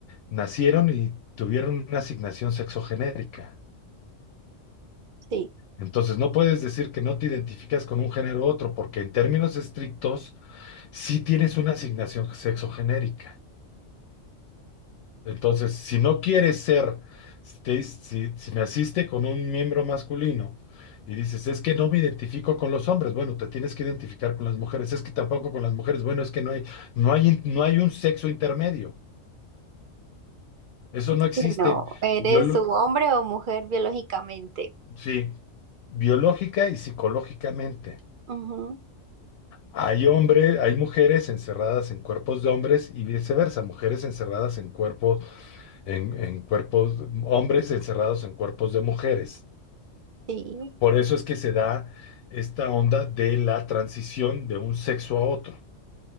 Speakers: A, on the left; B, on the right.
A: nacieron y tuvieron una asignación sexogenérica.
B: sí.
A: Entonces no puedes decir que no te identificas con un género u otro, porque en términos estrictos sí tienes una asignación sexogenérica. Entonces, si no quieres ser, si, te- si- si naciste con un miembro masculino y dices, es que no me identifico con los hombres, bueno, te tienes que identificar con las mujeres, es que tampoco con las mujeres, bueno, es que no hay, no hay, in- no hay un sexo intermedio, eso
B: Sí,
A: no existe,
B: No, ¿eres
A: Biolo-
B: su hombre o mujer biológicamente?
A: sí, biológica y psicológicamente.
B: Ujú,
A: Hay hombres, hay mujeres encerradas en cuerpos de hombres y viceversa, mujeres encerradas en cuerpos, en en cuerpos, hombres encerrados en cuerpos de mujeres.
B: Sí,
A: Por eso es que se da esta onda de la transición de un sexo a otro.